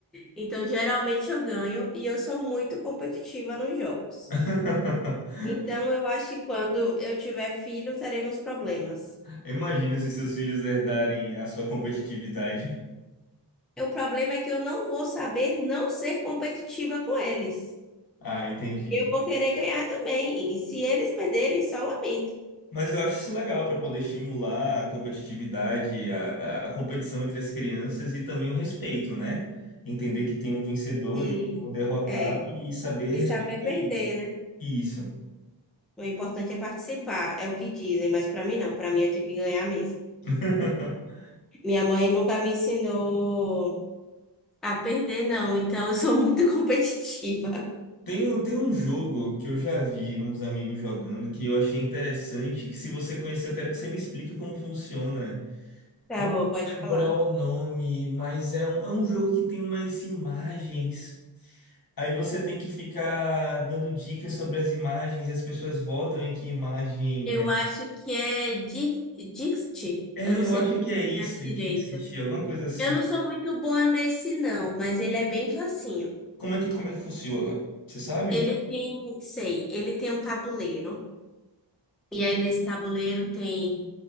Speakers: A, in the centre; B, on the left.
A: Então, geralmente eu ganho e eu sou muito competitiva nos jogos.
B: <laughs>
A: Então, eu acho que quando eu tiver filho, teremos problemas.
B: Imagina se seus filhos herdarem a sua competitividade.
A: E O problema é que eu não vou saber não ser competitiva com eles.
B: Ah, entendi.
A: Eu vou querer ganhar também. E se eles perderem, só lamento.
B: Mas eu acho isso legal para poder estimular a competitividade, a, a, a competição entre as crianças e também o respeito, né? Entender que tem um vencedor
A: E
B: e um derrotado
A: é,
B: e saber
A: de
B: respeitar
A: saber perder,
B: isso.
A: né?
B: Isso.
A: O importante é participar, é o que dizem, mas pra mim não. Pra mim eu tenho que ganhar mesmo.
B: <laughs>
A: Minha mãe nunca me ensinou a perder, não, então eu sou muito <laughs> competitiva.
B: Tem, um- tem um jogo que eu já vi uns amigos jogando que eu achei interessante, que se você conhecer, eu quero que você me explique como funciona.
A: Tá
B: Eu não
A: bom,
B: vou
A: pode
B: lembrar
A: falar.
B: o nome, mas é um, é um jogo que tem umas imagens. Aí você tem que ficar dando dicas sobre as imagens e as pessoas votam em que imagem
A: Eu
B: é.
A: acho que é di- Dixit.
B: É,
A: Eu não sei
B: eu acho
A: pronunciar
B: que é isso,
A: direito.
B: Dixit, alguma coisa assim.
A: Eu não sou muito boa nesse, não, mas ele é bem facinho.
B: Como é que, como é que funciona? Você sabe?
A: Ele tem, sei, ele tem um tabuleiro. E aí nesse tabuleiro tem